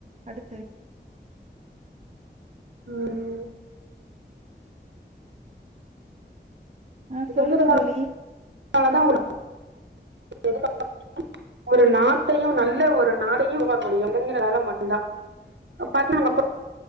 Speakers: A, on the right; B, on the right.
A: அடுத்து
B: ம்
A: ஆ
B: <unintelligible> ந்தாலதா
A: சொல்லுங்க தோழி.
B: <unintelligible> <inaudible> ஒரு நாட்டையு நல்ல ஒரு நாடையு உருவாக்க முடியு இளைஞர்களால மட்டுந்தா பாத்தீன்னா நம்ம கொ